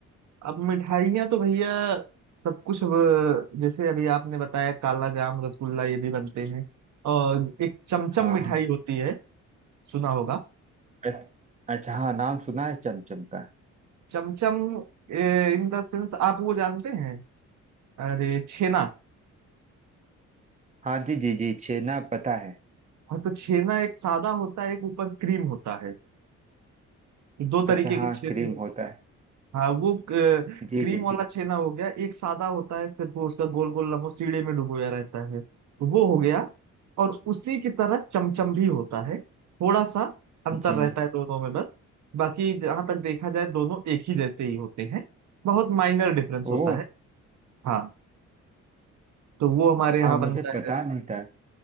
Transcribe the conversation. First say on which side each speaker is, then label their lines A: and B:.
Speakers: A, on the right; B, on the right.
A: अब मिठाइयाँ तो भैया सब कुछ अब, जैसे अभी आपने बताया काला जाम रसगुल्ला ये भी बनते हैं और एक चमचम
B: हाँ
A: मिठाई
B: हाँ
A: होती है सुना होगा
B: अच्छा अच्छा, हाँ नाम सुना है चमचम का
A: चमचम इन द सेंस आप वो जानते हैं अरे छेना
B: हाँ जी जी जी छेना पता है
A: हाँ तो छेना एक सादा होता है एक ऊपर क्रीम होता है दो तरीके
B: अच्छा हाँ
A: के छेने
B: क्रीम होता है
A: हाँ वो क-
B: जी
A: क्रीम
B: जी
A: वाला
B: जी
A: छेना हो गया एक सादा होता है सिर्फ वो उसका गोल गोल लम्बो सीढ़े में डुबोया रहता है वो हो गया और उसी की तरह चमचम भी होता है थोड़ा सा अंतर
B: जी
A: रहता
B: हाँ
A: है दोनों में बस बाकी जहां तक देखा जाए दोनों एक ही जैसे ही होते हैं बहुत माइनर डिफरेंस
B: ओ
A: होता है हाँ तो वो हमारे यहाँ
B: हाँ मुझे
A: बनता
B: पता
A: है
B: नहीं था